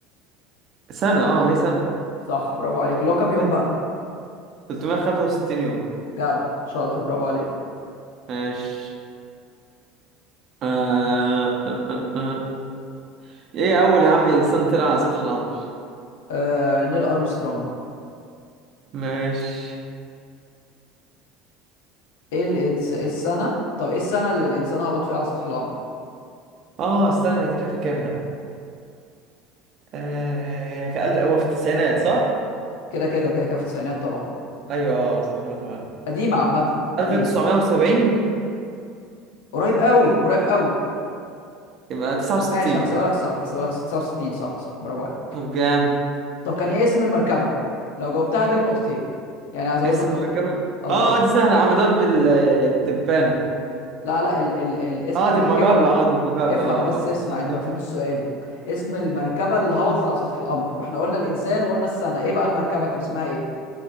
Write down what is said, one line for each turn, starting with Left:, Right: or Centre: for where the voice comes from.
Right: سنة آه هي سنة
Left: صح برافو عليك اللي هو كام يوم
Right: أيوه
Left: بقى
Right: 365 يوم
Left: جدع شاطر برافو عليك
Right: ماشي آه آه آه آه. آه. ايه اول يا عم انسان طلع على سطح القمر
Left: آه... نيل ارمسترونج
Right: ماشي
Left: ايه الانس... إيه السنة طب ايه السنة اللي الانسان هبط فيها على سطح القمر
Right: اه استنى دي انا فاكرها آه كأل... هو في التسعينات صح
Left: كده كده كده كده في التسعينات طبعا
Right: ايوه اه صح يلا طبعا
Left: قديمة عامة
Right: 1970
Left: قديمة قريب قوي قريب قوي
Right: يبقى 69
Left: ماشي هحسبها لك صح هحسبها لك 69 صح صح برافو عليك
Right: طب جامد
Left: طب كان ايه اسم المركبة لو جاوبتها هديك نقطتين يعني هزود
Right: اسم
Left: لك
Right: المركبة
Left: نقطة اه
Right: اه دي سهلة يا عم ده بال- الدبانة
Left: لا لا ال... ال... ال... اسم
Right: اه
Left: المركبة
Right: دي المجرة
Left: ال...
Right: اه دي المجرة
Left: افهم
Right: اه
Left: بس
Right: اه
Left: اسمع
Right: استنى
Left: انت ما فهمتش سؤالي اسم المركبة اللي هبطت على سطح القمر ما احنا قلنا الانسان وقلنا السنة ايه بقى المركبة كان اسمها ايه